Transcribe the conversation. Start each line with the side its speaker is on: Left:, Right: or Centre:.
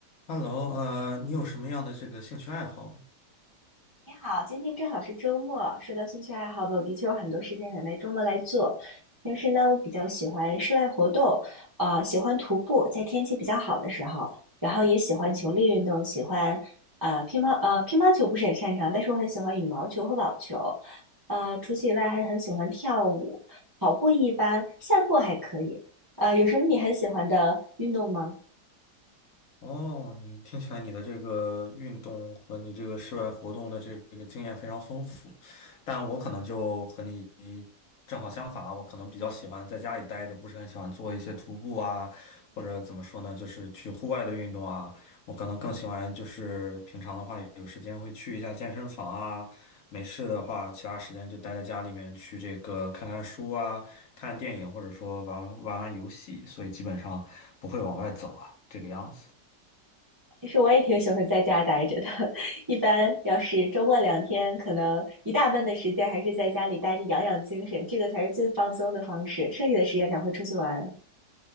Left: Hello，呃，你有什么样的这个兴趣爱好吗？
Right: 你好，今天正好是周末。说到兴趣爱好呢，我的确有很多事情想在周末来做。平时呢，我比较喜欢室外活动，呃，喜欢徒步，在天气比较好的时候，然后也喜欢球类运动，喜欢呃乒乓呃乒乓球不是很擅长，但是我很喜欢羽毛球和网球。呃，除此以外，还很喜欢跳舞，跑步一般，散步还可以。呃，有什么你很喜欢的运动吗？
Left: 哦，你听起来你的这个运动和你这个室外活动的这个经验非常丰富，但我可能就和你正好相反啊我可能比较喜欢在家里待着，不是很喜欢做一些徒步啊，或者怎么说呢，就是去户外的运动啊，我可能更喜欢就是平常的话有时间会去一下健身房啊，没事的话其他时间就待在家里面去这个看看书啊，看电影或者说玩玩玩游戏，所以基本上不会往外走啊，这个样子。
Right: 其实我也挺喜欢在家待着的，<laughs> 一般要是周末两天，可能一大半的时间还是在家里待着养养精神，这个才是最放松的方式，剩下的时间才会出去玩。